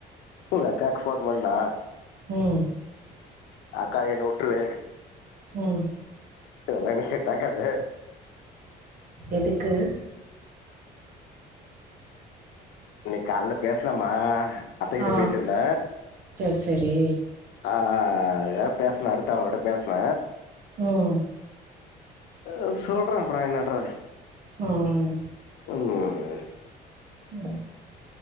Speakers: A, on the left (about 80°); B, on the right (about 55°).
A: எங்க அக்காக்கு ஃபோன் பண்ணா
B: ம்
A: அக்கா என்ன உட்ருவே
B: ம்
A: இதெல்லா எனக்கு செட் ஆகாது
B: எதுக்கு
A: இன்னைக் கால்ல பேஸ்னம்மா அத்தையிட்ட
B: ஆ
A: பேசியிருந்த
B: சேர் சேரி
A: அ ஆ அதுக்கா பேஸ்னே அடுத்த அவ்ங்கிட்ட பேசுன
B: ம்
A: அ சொல்ற அப்றொ என்னான்ற
B: ம்
A: உம்
B: ம்